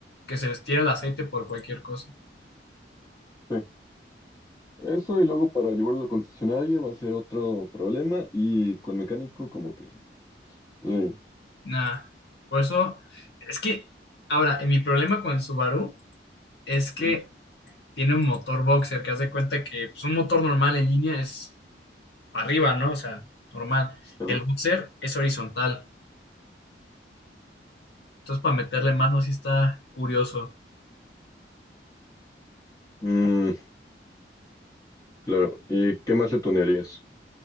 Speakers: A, on the left; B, on the left.
A: que se les tira el aceite por cualquier cosa.
B: Sí. Eso y luego para llevarlo al concesionario va a ser otro problema y con mecánico como que... Sí.
A: Nah, por eso, es que, ahora, eh, mi problema con el Subaru es que
B: Mm,
A: tiene un motor boxer, que haz de cuenta que pues, un motor normal en línea es para arriba, ¿no? O sea, normal.
B: perdón.
A: El boxer es horizontal. Entonces, para meterle mano sí está curioso.
B: Mm, claro. ¿Y qué más le tunearías?